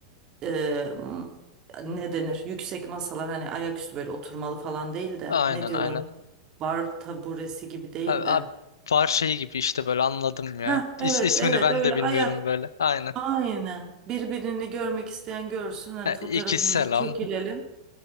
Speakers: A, on the right; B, on the left.
A: E, m- ne denir? Yüksek masalar hani ayaküstü böyle oturmalı falan değil de
B: Aynen
A: ne diyorlar?
B: aynen.
A: Bar taburesi gibi değil
B: Abi, abi
A: de.
B: var şey gibi işte böyle anladım ya.
A: ha evet
B: İs, ismini
A: evet
B: ben
A: öyle
B: de bilmiyorum
A: ayak
B: böyle. Aynen.
A: Aynen. Birbirini görmek isteyen görsün. Hani
B: Ha,
A: fotoğrafımızı
B: İki selam.
A: çekilelim.